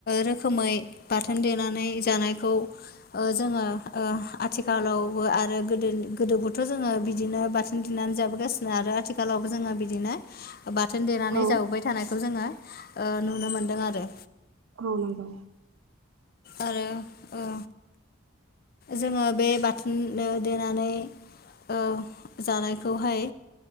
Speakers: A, on the left; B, on the right.
A: रोखोमै बाथोन देनानै जानायखौ ओ जोङो ओ आथिखालावबो आरो गोदो गोदोबोथ' जोङो बिदिनो बाथोन देनानै जाबोगासिनो आरो आथिखालाव जोङो बिदिनो बाथोन देनानै
B: औ
A: जाबोबाय थानायखौ जोङो नुनो मोनदों आरो
B: औ नंगौ।
A: आरो ओ जोङो बे बाथोन देनानै ओ जानायखौहाय